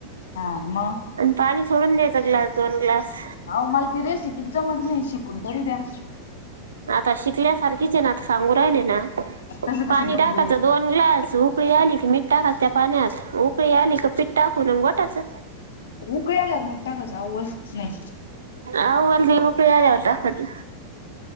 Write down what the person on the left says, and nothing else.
हा मग
अहो मला ती रेसिपीचं जमत नाही, शिकून तरी दया.
तसं
कसं जमत
ते
उकळी आल्यावर मिठ टाकायच. <unintelligible>